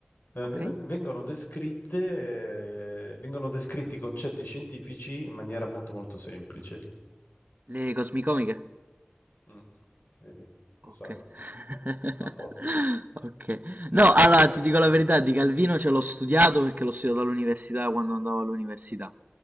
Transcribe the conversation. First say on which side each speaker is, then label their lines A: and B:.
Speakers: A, on the left; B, on the right.
A: eh,
B: Ok.
A: vien- vengono descritte, eh, vengono descritti i concetti scientifici in maniera molto molto semplice.
B: Le cosmicomiche?
A: Mm, Vedi, lo
B: Ok.
A: sai, <laughs>
B: <laughs>
A: a posto.
B: Ok. No, allora
A: Sì, così.
B: ti dico la
A: come-
B: verità, di Calvino ce l'ho studiato perché l'ho studiato all'università quando andavo all'università.